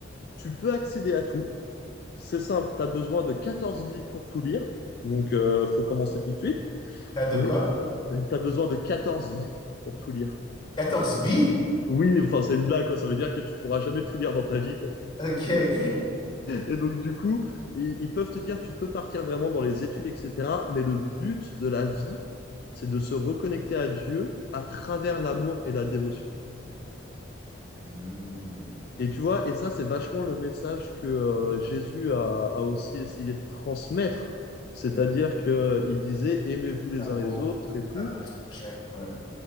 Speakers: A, on the left; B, on the left.
A: tu peux accéder à tout. C'est simple, tu as besoin de 14 vies pour tout lire. Donc euh, faut commencer tout de suite,
B: T'as de
A: mais
B: quoi?
A: tu as besoin de 14 vies pour tout lire.
B: quatorze vies?
A: Oui, enfin c'est une blague, quoi. Ça veut dire que tu pourras jamais tout lire dans ta vie, quoi.
B: Ok, ok.
A: Et donc, du coup, ils, ils peuvent te dire, tu peux partir vraiment dans les études, etc. Mais le but de la vie, c'est de se reconnecter à Dieu à travers l'amour et la dévotion.
B: Hmm.
A: Et tu vois, et ça, c'est vachement le message que euh, Jésus a, a aussi essayé de transmettre. C'est-à-dire
B: Ouais,
A: qu'il disait, aimez-vous les
B: l'amour,
A: uns les autres et tout.
B: l'amour du prochain. Ouais,